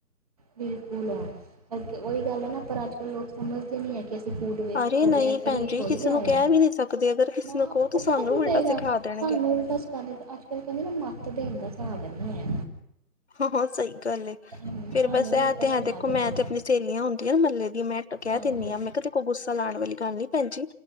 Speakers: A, on the right (about 25°); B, on the left (about 45°).
A: ਬਿਲਕੁਲ ਹਾਂ, ਪਰ ਉਹੀ ਗੱਲ ਹੈ ਨਾ ਪਰ ਅੱਜ ਕੱਲ੍ਹ ਲੋਕ ਸਮਝਦੇ ਨੀ ਆ ਅਸੀਂ ਫੂਡ ਵੇਸਟ
B: ਅਰੇ
A: ਕਰ
B: ਨਹੀਂ
A: ਰਹੇ ਹਾਂ ਫਰੀ
B: ਭੈਣ ਜੀ
A: ਥੋੜ੍ਹੀ
B: ਕਿਸੇ ਨੂੰ
A: ਆਇਆ,
B: ਕਹਿ ਵੀ ਨਹੀਂ ਸਕਦੇ ਅਗਰ ਕਿਸੇ
A: ਨਾ
B: ਨੂੰ ਕਹੋ ਤਾਂ
A: ਉਹ
B: ਸਾਨੂੰ
A: ਪਤਾ ਕੀ
B: ਉਲਟਾ
A: ਕਏਗਾ
B: ਸਿਖਾ ਦੇਣਗੇ
A: ਸਾਨੂੰ ੳਲਟਾ ਸੁਨਾ ਦੇਗਾ, ਅਜ ਕਲ ਕਹਿੰਦੇ ਨਾ ਮੱਤ ਦੇਣ ਦਾ ਹਿਸਾਬ ਨਹੀਂ ਹੈ
B: ਹਾਂ ਹਾਂ, ਸਹੀ ਗੱਲ
A: ਹਮ
B: ਫੇਰ
A: ਸਾਨੂੰ
B: ਬਸ
A: ਹੀ
B: ਐ
A: ਉਲਟਾ
B: ਤੇ ਹਾਂ
A: ਸੁਣਾ
B: ਦੇਖੋ
A: ਦਿੰਦੇ
B: ਮੈਂ
A: ਨੇ
B: ਤੇ ਆਪਣੀ ਸਹੇੇਲੀਆਂ ਹੁੰਦੀਆਂ ਨਾ ਮਹੱਲੇ ਦੀਆਂ, ਮੈਂ ਕਹਿ
A: ਹਾਂਜੀ
B: ਦਿੰਦੀ ਹਾਂ ਮੈਂ ਕਿਹਾ ਕੋ ਗੁੱਸਾ ਲਾਉਣ ਵਾਲੀ ਗੱਲ ਨੀ ਭੈਣਜੀ,